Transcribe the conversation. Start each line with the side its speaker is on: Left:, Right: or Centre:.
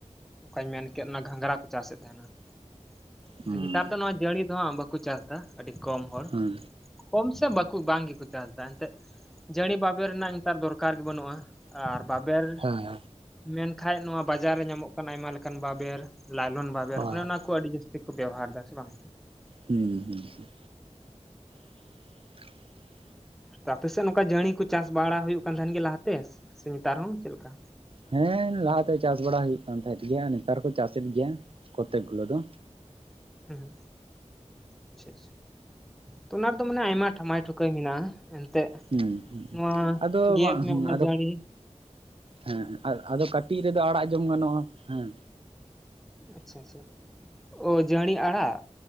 Centre: ᱚᱠᱟᱧ ᱢᱮᱱ ᱠᱮᱫ ᱚᱱᱟ ᱜᱷᱟᱸᱜᱽᱨᱟ ᱠᱚ ᱪᱟᱥ ᱮᱫ ᱛᱟᱦᱮᱱᱟ᱾ ᱟᱫᱚ
Right: ᱦᱩᱸ
Centre: ᱧᱮᱛᱟᱨ ᱫᱚ ᱱᱚᱣᱟ ᱡᱟᱺᱲᱤ ᱫᱚ ᱦᱟᱸᱜ ᱵᱟᱠᱚ ᱪᱟᱥ ᱫᱟ ᱟᱹᱰᱤ ᱠᱚᱢ ᱦᱚᱲ
Right: ᱦᱩᱸ
Centre: ᱠᱚᱢ ᱥᱮ ᱵᱟᱠᱩ ᱵᱟᱝ ᱜᱮᱠᱚ ᱪᱟᱥ ᱮᱫᱟ ᱮᱱᱛᱮᱫ, ᱡᱟᱹᱲᱤ ᱵᱟᱵᱮᱨ ᱨᱮᱱᱟᱜ ᱱᱮᱛᱟᱨ ᱫᱚᱨᱠᱟᱨ ᱜᱮ ᱵᱟᱹᱱᱩᱜᱼᱟ᱾ ᱟᱨ ᱵᱟᱵᱮᱨ
Right: ᱦᱮᱸ ᱦᱳᱭ
Centre: ᱢᱮᱱᱠᱷᱟᱡ ᱱᱚᱣᱟ ᱵᱟᱡᱟᱨ ᱨᱮ ᱧᱟᱢᱚᱜ ᱠᱟᱱᱟ ᱟᱭᱢᱟ ᱞᱮᱠᱟᱱ ᱵᱟᱵᱮᱨ ᱞᱟᱭᱞᱚᱱ ᱵᱟᱵᱮᱨ
Right: ᱦᱩᱸ
Centre: ᱚᱱᱮ ᱚᱱᱟ ᱠᱚ ᱟᱹᱰᱤ ᱡᱟᱹᱥᱛᱤ ᱠᱚ ᱵᱮᱣᱦᱟᱨ ᱮᱫᱟ ᱥᱮ ᱵᱟᱝ?
Right: ᱦᱩᱸ ᱦᱩᱸ ᱦᱩᱸ᱾ <inaudible>
Centre: ᱛᱚ ᱟᱯᱮ ᱥᱮᱫ ᱱᱚᱝᱠᱟ ᱡᱟᱹᱲᱤ ᱠᱚ ᱪᱟᱥ ᱵᱟᱲᱟ ᱦᱩᱭᱩᱜ ᱠᱟᱱ ᱛᱟᱦᱮᱱ ᱜᱮᱭᱟ ᱞᱟᱦᱟᱛᱮ ᱥᱮ ᱱᱮᱛᱟᱨ ᱦᱚᱸ ᱪᱮᱫ ᱞᱮᱠᱟ?
Right: ᱦᱮᱸ ᱞᱟᱦᱟᱛᱮ ᱪᱟᱥ ᱵᱟᱲᱟ ᱦᱩᱭᱩᱜ ᱠᱟᱱ ᱛᱟᱦᱮᱸᱫ ᱜᱮᱭᱟ ᱱᱮᱛᱟᱨ ᱦᱚᱠᱚ ᱪᱟᱥᱮᱫ ᱜᱮᱭᱟ ᱠᱚᱛᱮᱠ ᱜᱩᱞᱟᱹ ᱫᱚ᱾
Centre: ᱦᱩᱸ ᱦᱩᱸ, ᱟᱪᱪᱷᱟ᱾ ᱛᱚ ᱚᱱᱟ ᱨᱮᱫᱚ ᱢᱟᱱᱮ ᱟᱭᱢᱟ ᱴᱷᱟᱢᱟᱭ ᱴᱷᱩᱠᱟᱹᱭ ᱢᱮᱱᱟᱜᱼᱟ ᱮᱱᱛᱮᱫ᱾
Right: ᱦᱩᱸ, ᱦᱩᱸ ᱦᱩᱸ
Centre: ᱱᱚᱣᱟ
Right: ᱟᱫᱚ
Centre: ᱜᱮᱫ
Right: ᱢᱟ
Centre: ᱧᱚᱜ
Right: ᱦᱩᱸ
Centre: ᱚᱱᱟ
Right: ᱟᱫᱚ
Centre: ᱡᱟᱹᱲᱤ
Right: ᱦᱮᱸ ᱦᱮᱸ᱾ ᱟᱨ ᱟᱫᱚ ᱠᱟᱹᱴᱤᱡ ᱨᱮᱫᱚ ᱟᱲᱟᱜ ᱡᱚᱢ ᱜᱟᱱᱚᱜᱼᱟ, ᱦᱮᱸ᱾
Centre: ᱟᱪᱪᱷᱟ ᱟᱪᱪᱷᱟ, ᱚᱸ ᱡᱟᱺᱲᱤ ᱟᱲᱟᱜ?